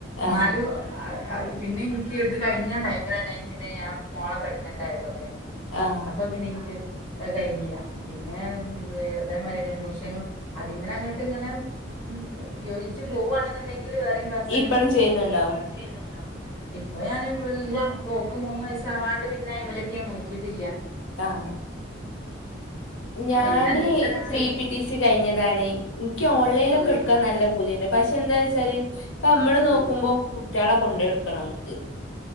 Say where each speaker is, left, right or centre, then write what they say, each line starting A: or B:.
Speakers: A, on the left; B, on the left.
A: ആഹ്
B: ന്നാലും അഹ് അത് പിന്നെ ഇൻക്ക് ഇത് കയ്ഞ്ഞ ടൈമിലന്നെ പിന്നെ ഞാൻ മോളെ പ്രഗ്നന്റായതൊക്കെ,
A: ആഹ്
B: അപ്പ പിന്നെ ഇൻക്ക്, അത് കയ്ഞ്ഞില. പിന്നെ ദേ മായ്ര്യന്നെ ട്യൂഷനും അതിമ്മലങ്ങട്ട് ങ്ങനെ, മ് യോജിച്ച് പോവാണ്ന്ന്ണ്ടെങ്കില് വേറിം ക്ലാസ്ങ്ങനെ
A: ഇപ്പഴും
B: ഇട്ക്കേയ്നു.
A: ചെയ്യുന്നുണ്ടോ
B: ഇയ് പ്പളും ചെയ്യുന്ന്ണ്ടോ? ഇപ്പൊ ഞാൻ ഇല്ല്യ. ഇപ്പോ ഓക്ക് മൂന്ന് വയസാവാണ്ട് പിന്നെ അയിമലേക്ക് ഞാൻ നോക്കീട്ടില്ല.
A: ആഹ് ഞാന്
B: എങ്ങനെ എന്തെങ്കിലുമൊക്കെ ചെയ്യും
A: പി പി ട്ടി സി കയ്ഞ്ഞതാണ്. ൻക്ക് ഓൺലൈലൊക്കട്ക്കാൻ
B: ആ ആ
A: നല്ല പൂതിണ്ട്, പക്ഷെ ന്താച് ചാല്, പ്പ നമ്മള് നോക്കുമ്പൊ
B: ആ
A: കുട്ട്യാളെ കൊണ്ടയൊട്ക്കണം ഓൽക്ക്.